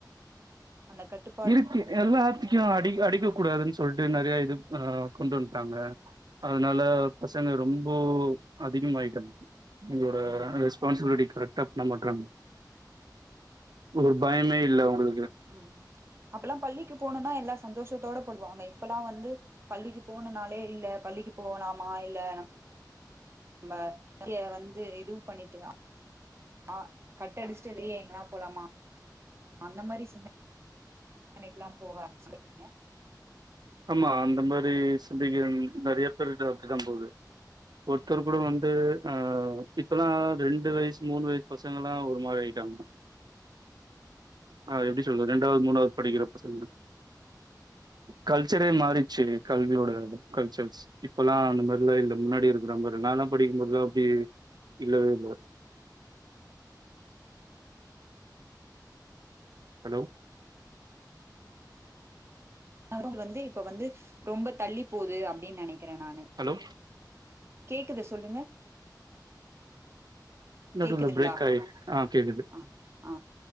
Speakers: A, on the right; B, on the right.
A: அந்த கட்டு
B: இருக்கு எல்லாத்துக்கும் அடி அடிக்க கூடாதுன்னு சொல்லிட்டு நிறைய இது கொண்டு வந்துட்டாங்க அதனால பசங்க ரொம்ப அதிகமாய்ட்டாங்க உங்களோட
A: ம்
B: ரேஸ்பான்சிபிலிடி கரெக்டா பண்ண மாடறாங்க ஒரு பயமே இல்ல உங்களுக்கு
A: உம் அப்ப எல்லா பள்ளிக்கு போனணும்னா எல்லா சந்தோஷத்தோட போடுவாங்க இப்பல்லா வந்து பள்ளிக்கு போனும் நாலே இல்லா பள்ளிக்கு போலாமா இல்ல நம்ம இங்க வந்து இது பண்ணிகளா ஆ கட் அடிச்சட்டு வெளிய எங்கனா போகலாமா அந்த மாதிரி சினாரியோ கடைக்கலாம் போக ஆரம்பச்சுட்டங்க
B: ஆமா அந்த மாதிரி சிந்திக்கிற நிறைய பேர் இ அப்படிதா போது ஒருத்தர் கூட வந்து ஆ இப்பல்லாம் ரெண்டு வயசு மூணு வயசு பசங்க எல்லா ஒரு மாதிரி ஆயிட்டாங்க ஆ எப்படி சொல்றது ரெண்டாவது மூணாவது படிக்கிறப்ப பசங்க கல்ச்சரே மாறிச்சு கல்வியோட கல்ச்சர்ஸ் இப்பல்லா அந்த மாதிரிலா இல்லா முன்னாடி இருக்கிற மாதிரி நான்ல்லா படிக்கும்போதுெல்லாம் அப்படி இல்லவே இல்ல ஹலோ
A: அவ வந்து இப்ப வந்து ரொம்ப தள்ளி போகுது அப்படின்னு நினைக்கிறே நானு
B: ஹலோ
A: கேக்குது சொல்லுங்க
B: நடுல
A: கேக்குதுங்களா
B: நடுல ப்ரேக் ஆயி ஆ கேக்குது
A: ஆ ஆ